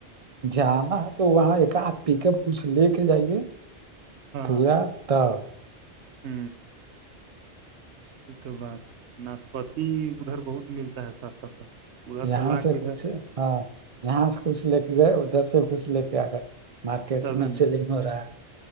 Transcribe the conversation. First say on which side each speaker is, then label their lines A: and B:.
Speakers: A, on the right (about 35°); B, on the right (about 75°).
A: جاما تو وہاں ایک آدھ پک اپ کچھ لے کے جائیے
B: ہاں
A: پورا تب
B: ہ یہ تو بات ہے ناشپتی ادھر بہت ملتا ہے سستا سستا ادھر
A: یہاں
B: سے لا کے ادھر
A: کچھ ہاں یہاں سے کچھ لے کے گئے ادھر سے کچھ لے کے آ گئے مارکیٹ
B: تب
A: میں
B: نا
A: سیلنگ ہو رہا ہے